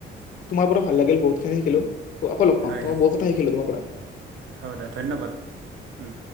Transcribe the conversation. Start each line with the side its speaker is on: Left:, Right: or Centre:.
Left: তোমাৰ পৰা ভাল লাগিল বহুতখিনি শিকিলো আকৌ লগ পাম
Right: হয়
Left: তোমাৰ
Right: হয়
Left: বহুত কথা শিকিলো তোমাৰ পৰা
Right: হ'ব ধন্যবাদ, উম